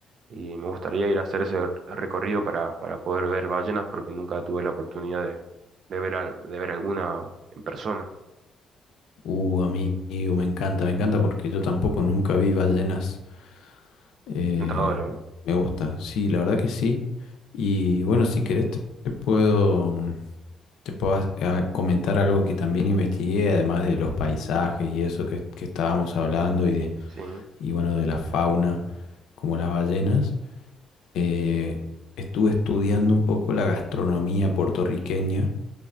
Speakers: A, on the right; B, on the left.
A: y me gustaría ir a hacer ese recorrido para, para poder ver ballenas porque nunca tuve la oportunidad de, de ver, al- de ver alguna en persona.
B: Uh, amigo, me encanta, me encanta porque yo tampoco nunca vi ballenas. Eh,
A: Es tentador, ¿eh?
B: me gusta, sí, la verdad que sí. Y bueno, si querés te, te puedo, mm, te puedo ha- a- comentar algo que también investigué, además de los paisajes y eso que, que estábamos hablando y de,
A: Sí.
B: y bueno, de la fauna como las ballenas. Eh, estuve estudiando un poco la gastronomía puertorriqueña